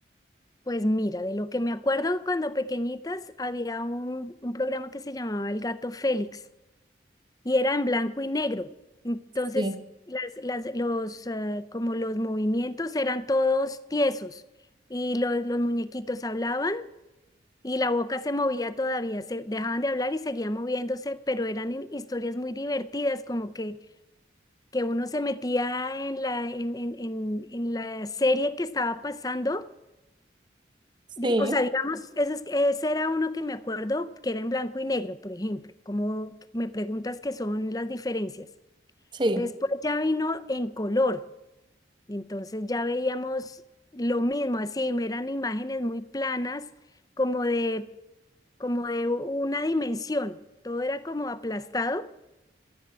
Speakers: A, on the left; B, on the right.
A: pues mira, de lo que me acuerdo cuando pequeñitas había un, un programa que se llamaba El Gato Félix. y era en blanco y negro. Entonces,
B: Sí,
A: las, las- los, eh, como los movimientos eran todos tiesos y los, los muñequitos hablaban y la boca se movía todavía, se dejaban de hablar y seguían moviéndose, pero eran hi- historias muy divertidas, como que, que uno se metía en la, en, en, en, en la serie que estaba pasando.
B: sí,
A: Di- O sea, digamos, ese, es- ese era uno que me acuerdo que era en blanco y negro, por ejemplo, como me preguntas qué son las diferencias.
B: sí.
A: Después ya vino en color, entonces ya veíamos lo mismo, así eran imágenes muy planas, como de, como de una dimensión, todo era como aplastado,